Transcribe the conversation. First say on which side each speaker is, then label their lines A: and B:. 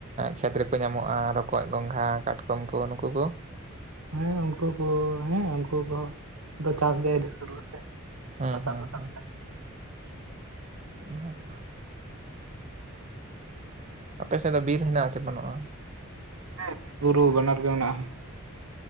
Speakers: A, on the right; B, on the right.
A: ᱠᱷᱮᱛ ᱨᱮᱠᱚ ᱧᱟᱢᱚᱜᱼᱟ ᱨᱚᱠᱚᱡ ᱜᱚᱝᱜᱷᱟ ᱠᱟᱴᱠᱚᱢ ᱠᱚ ᱱᱩᱠᱩ ᱠᱚ
B: ᱦᱮᱸ ᱩᱱᱠᱩ ᱠᱚ ᱦᱮᱸ ᱩᱱᱠᱩ ᱠᱚᱦᱚᱸ ᱪᱟᱥ ᱜᱮ ᱥᱩᱨᱩᱜ ᱟᱥᱮ
A: ᱦᱩᱸ
B: ᱦᱟᱥᱟ
A: ᱦᱩᱸ
B: ᱫᱚ ᱥᱟᱵ
A: ᱦᱩᱸ
B: ᱠᱟᱜ
A: ᱚᱱᱟ ᱜᱮ <unintelligible> ᱟᱯᱮ ᱥᱮᱫ ᱫᱚ ᱵᱤᱨ ᱦᱮᱱᱟᱜ ᱟᱥᱮ ᱵᱟᱹᱱᱩᱜᱼᱟ
B: ᱦᱮᱸ ᱵᱩᱨᱩ ᱵᱟᱱᱟᱨ ᱜᱮ ᱢᱮᱱᱟᱜᱼᱟ